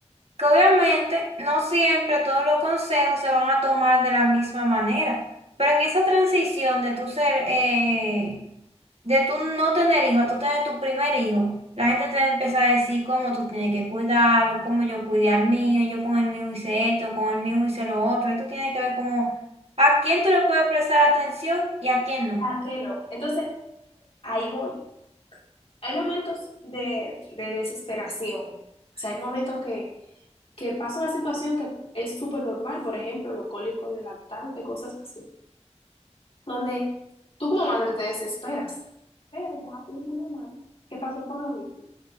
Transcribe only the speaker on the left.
¿Para qué no? Entonces, ahí voy. Hay momentos de, de desesperación. O sea, hay momentos que, que pasa una situación que es súper normal, por ejemplo, los cólicos de lactante, cosas así. donde tú como madre te desesperas. Pero ya hubo una madre que pasó por lo mismo.